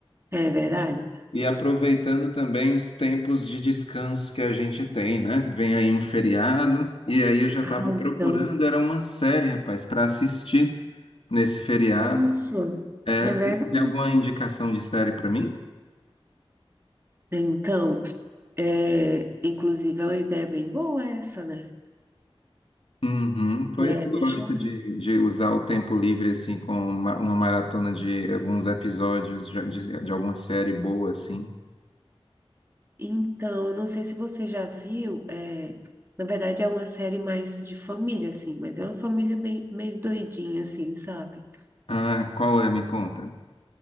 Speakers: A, on the right; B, on the left.
A: É verdade?
B: E aproveitando também os tempos de descanso que a gente tem, né? Vem aí um feriado, e aí eu já estava
A: Ah, então,
B: procurando, era uma série, rapaz, para assistir nesse feriado.
A: nossa,
B: É,
A: é verdade.
B: você tem alguma indicação de série para mim?
A: Então, é, inclusive é uma ideia bem boa essa, né?
B: Uhum, foi,
A: É,
B: eu gosto
A: deixa eu...
B: de,
A: ver.
B: de usar o tempo livre, assim, com uma, uma maratona de alguns episódios de, de, de alguma série boa, assim.
A: Então, eu não sei se você já viu, é, na verdade é uma série mais de família, assim, mas é uma família bem, meio doidinha, assim, sabe?
B: Ah, qual é? Me conta.